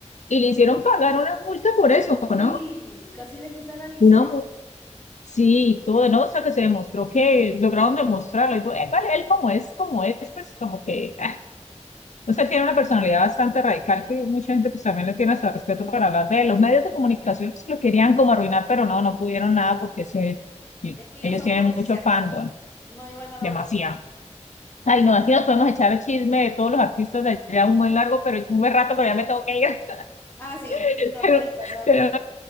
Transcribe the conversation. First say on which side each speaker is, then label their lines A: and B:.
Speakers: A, on the left; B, on the left.
A: y le hicieron pagar una multa por eso,
B: Sí,
A: ¿no?
B: casi le quitan la licencia.
A: Una Sí, y todo, ¿no? O sea, que se demostró que lograron demostrarlo. Y, fue, eh, vale, él como es, como es, pues como que, ah. O sea,
B: Sí,
A: él tiene una personalidad bastante radical que mucha gente pues también le tiene hasta respeto para hablar de él. Los medios de comunicación
B: claro.
A: pues, lo querían como arruinar, pero no, no pudieron nada
B: no lo
A: porque
B: pudieron.
A: se, y-
B: Es que ellos
A: ellos
B: son
A: tienen
B: potencia,
A: mucho fandom,
B: pro. No iban a lograrlo.
A: demasiado. Ay, no, aquí nos podemos echar el chisme de todos los artistas de allá un buen largo, pero un buen rato, pero ya me tengo que ir.
B: Ah, sí,
A: <laughs>
B: sí, no,
A: Pero,
B: tenés razón.
A: pero,